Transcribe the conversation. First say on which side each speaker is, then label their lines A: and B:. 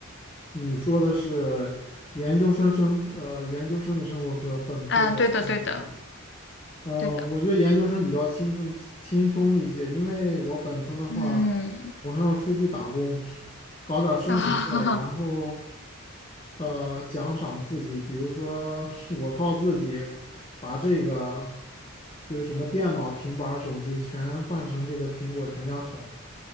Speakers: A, on the left; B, on the left.
A: 你说的是研究生生呃研究生的生活和本科的生活，
B: 嗯，对的，对的，
A: 呃，
B: 对的，
A: 我觉得研究生比较轻松轻松一些，因为我本科的话，
B: 嗯，
A: 我还要出去打工，<laughs> 搞点儿生活费，
B: 啊，
A: 然后呃奖赏自己，比如说 <laughs> 我靠自己把这个就是什么电脑、平板儿手机全换成这个苹果全家桶。